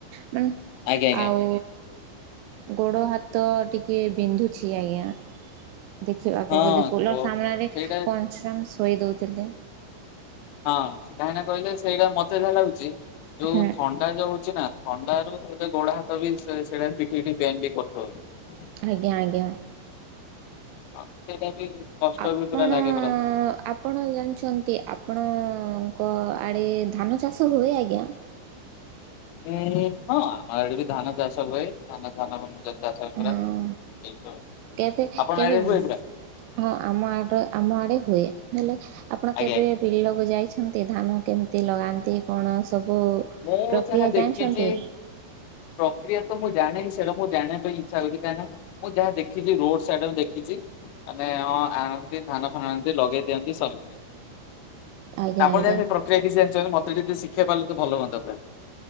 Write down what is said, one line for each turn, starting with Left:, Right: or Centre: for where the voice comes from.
Right: ମାନେ
Left: ଆଜ୍ଞା ଆଜ୍ଞା
Right: ଆଉ ଗୋଡ଼ ହାତ ଟିକେ ବିନ୍ଧୁଛି ଆଜ୍ଞା। ଦେଖିବାକୁ
Left: ହଁ
Right: ଗଲେ କୋଲର ସାମ୍ନାରେ
Left: ସେଇଟା
Right: କଂଞ୍ଚନ ଶୋଇ ଦଉଛି। ଥିଲେ।
Left: ହଁ ସେ କାହିଁକିନା କହିଲେ ସେଇଟା ମତେ ଯାହା ଲାଗୁଛି ଯୋଉ
Right: ହୁଁ
Left: ଥଣ୍ଡା ଯୋଉ ହଉଛି ନା ଥଣ୍ଡାରୁ ବୋଧେ ଗୋଡ ହାତ ବି ସେ ସେଟା ପିଠି ମିଠି ବେଣ୍ଡ କରିଦୋଉଚି।
Right: ଆଜ୍ଞା ଆଜ୍ଞା।
Left: ହଁ ସେଇଟା ବି କଷ୍ଟ
Right: ଆପଣ
Left: ବି ପୁରା ଲାଗେ ପୁରା।
Right: ଆପଣ ଜାଣିଛନ୍ତି ଆପଣ। ଆଙ୍କ ଆଡେ ଧାନ ଚାଷ ହୁଏ ଆଜ୍ଞା।
Left: ଉଁ ହଁ ଆମର ବି ଧାନ ଚାଷ ହୁଏ ଧାନ ଧାନ ଚାଷ ପୁରା।
Right: ହଁ
Left: ଏଇ ସବୁ
Right: କେବେ
Left: ଆପଣ
Right: କେବେ
Left: ଆଡେ ହୁଏ ପୁରା
Right: ହଁ ଆମ ଆଡେ ଆମ ଆଡେ ହୁଏ। ନହେଲେ। ଆପଣ
Left: ଆଜ୍ଞା
Right: କେବେ
Left: ଆଜ୍ଞା
Right: ବିଲକୁ ଯାଇଛନ୍ତି। ଅଛନ୍ତି ଧାନ କେମିତି ଲଗାନ୍ତି କଣ? ସବୁ
Left: ମୁଁ
Right: ପ୍ରକ୍ରିୟା
Left: ଯାହା ଦେଖିଛି
Right: ଜାଣିଛନ୍ତି
Left: ପ୍ରକ୍ରିୟା ତ ମୁଁ ଜାଣିନି। ସେଇଟା ମୁଁ ଜାଣିବା ପାଇଁ ଇଚ୍ଛା ହଉଛି କାହିଁକି ନା ମୁଁ ଯାହା ଦେଖିଛି ରୋଡ ସାଇଡ ଦେଖିଛି ମାନେ ଆଣନ୍ତି ଧାନ ଫାନ ଆଣନ୍ତି ଲଗେଇ ଦିଅନ୍ତି ସରେ।
Right: ଆଜ୍ଞା
Left: ଆପଣ
Right: ଆଜ୍ଞା
Left: ଜାଣିଚନ୍ତି ପ୍ରକ୍ରିୟା କିଛି ଜଣିଛନ୍ତି ମତେ ଟିକେ ଶିଖୁ ଶିଖେଇ ପାରିଲେ ତ ଭଲ ହୁଅନ୍ତା। ତା ପରେ।